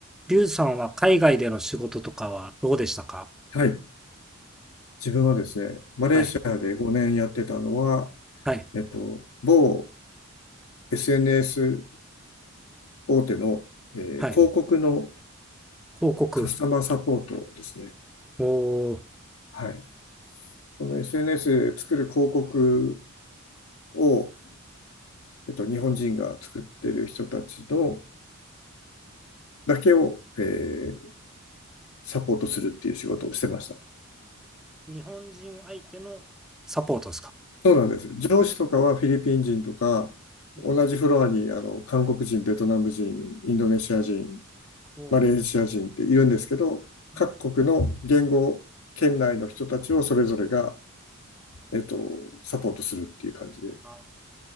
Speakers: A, in the centre; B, on the left.
A: リュウさんは海外での仕事とかはどうでしたか
B: はい。自分はですね、マレーシアで5年やってたのは、
A: はい、はい、
B: えっと、某 SNS 大手の、えー広告の
A: はい。広告。
B: カスタマーサポートですね。
A: おお
B: はい。その SNS 作る広告を、えっと、日本人が作ってる人たちのだけを、えーサポートするっていう仕事をしてました。
A: ー日本人相手のサポートですか
B: そうなんです。上司とかはフィリピン人とか、
A: うん。
B: 同じフロアにあの韓国人、ベトナム人、インドネシア人、
A: お
B: マレーシア人っているんですけど、
A: ーはい。
B: 各国の言語圏内の人たちをそれぞれが、えっと、サポートするっていう感じで。
A: なるほ